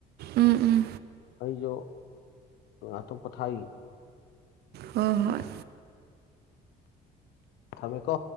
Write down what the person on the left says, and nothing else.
ꯑꯩꯁꯨ ꯉꯥꯇꯪ ꯄꯣꯊꯥꯈꯤꯒꯦ
ꯊꯝꯃꯦ ꯀꯣ